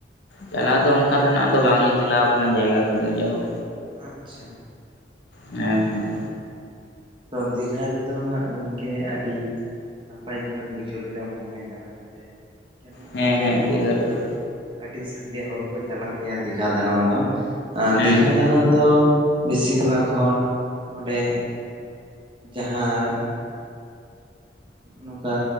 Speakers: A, on the left; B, on the right.
A: ᱪᱟᱞᱟᱣ ᱫᱚ ᱚᱱᱠᱟ ᱫᱚ ᱱᱷᱟᱜ ᱫᱚ ᱵᱟᱝᱞᱤᱧ ᱪᱟᱞᱟᱣ ᱠᱟᱱᱟ ᱡᱟᱭᱜᱟ ᱠᱚᱫᱚ ᱡᱟᱭᱦᱳᱠ
B: ᱟᱸᱪᱪᱷᱟ
A: ᱦᱮᱸ ᱦᱩᱸ
B: ᱛᱚ ᱫᱤᱜᱷᱟ ᱨᱮ ᱫᱚ ᱦᱟᱸᱜ ᱜᱚᱝᱠᱮ ᱟᱹᱰᱤ ᱱᱟᱯᱟᱭ ᱜᱮᱵᱚᱱ ᱵᱩᱡᱷᱟᱹᱣ ᱞᱮᱫᱟ ᱢᱚᱱᱮ ᱫᱟᱲᱟᱸ ᱠᱟᱛᱮᱫ ᱡᱮᱱᱚ
A: ᱦᱮᱸ
B: ᱚᱸᱰᱮ
A: ᱦᱮᱸ
B: ᱫᱚ
A: ᱫᱤᱜᱷᱟ ᱨᱮᱫᱚ
B: ᱦᱟᱸᱜ ᱟᱹᱰᱤ ᱥᱟᱸᱜᱮ ᱦᱚᱲ ᱠᱚ ᱪᱟᱞᱟᱜ ᱜᱮᱭᱟ ᱫᱤᱜᱷᱟ ᱫᱟᱲᱟᱱ ᱫᱚ
A: ᱦᱮᱸ
B: ᱫᱤᱜᱷᱟ ᱫᱟᱲᱟᱱ ᱫᱚ ᱵᱤᱥᱤᱨ ᱵᱷᱟᱜᱽ ᱦᱚᱲ ᱚᱸᱰᱮ ᱡᱟᱦᱟᱸ ᱱᱚᱝᱠᱟ